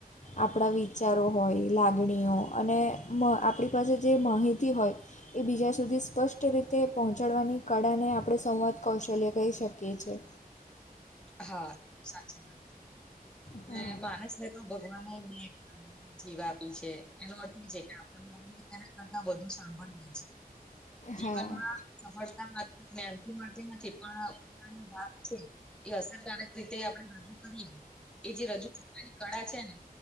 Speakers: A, on the left; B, in the centre.
A: આપણા વિચારો હોય લાગણીઓ અને મ આપણી પાસે જે માહિતી હોય. એ બીજા સુધી સ્પષ્ટ રીતે પહોંચાડવાની કળાને આપડે સંવાદ કૌશલ્ય કહી શકીએ છીએ.
B: હા, સાચી વાત છે.
A: હા
B: ને માણસ ને તો ભગવાનને <unintelligible> જીભ આપી છે. એનો અર્થ એ છે કે આપણે બોલીએ તેના કરતા વધુ સાંભળીએ છે જીવનમાં
A: હા
B: સફળતા માત્ર <unintelligible> થી મળતી નથી પણ પોતાની વાત <unintelligible> એ અસરકારક રીતે આપણે રજુ કરીએ એ જે રજૂ કરવાની <unintelligible> કળા છે ને